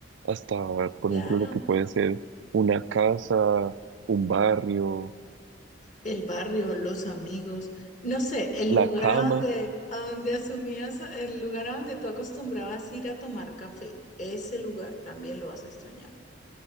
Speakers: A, on the right (about 70°); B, on the left (about 40°).
A: Hasta, por
B: Claro,
A: ejemplo, lo que puede ser una casa, un barrio,
B: el barrio, los amigos, no sé, el
A: la
B: lugar
A: cama.
B: a donde, a donde asumías, el lugar a donde tú acostumbrabas ir a tomar café, ese lugar también lo vas a extrañar.